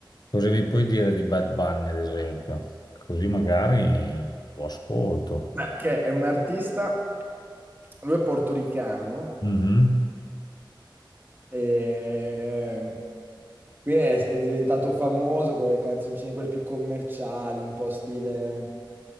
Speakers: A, on the left (about 55°); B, on the right (about 25°).
A: Cosa mi puoi dire di Bad Bunny, ad esempio? Così magari lo ascolto.
B: Beh, che è un artista, lui è portoricano,
A: Mhm.
B: E... Quindi è, è diventato famoso con le canzoncine, quelle più commerciali, un po' stile,